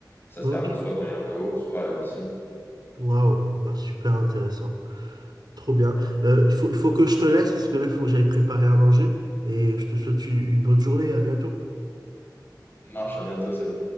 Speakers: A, on the left; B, on the right.
A: ça se
B: Ok.
A: termine soit quand il y a un KO, soit à la décision.
B: Waouh, Bah, super intéressant. Trop bien. Euh, il faut, il faut que je te laisse parce que là, il faut que j'aille préparer à manger. Et je te souhaite une une bonne journée. À bientôt.
A: Ça Marche, à bientôt, salut.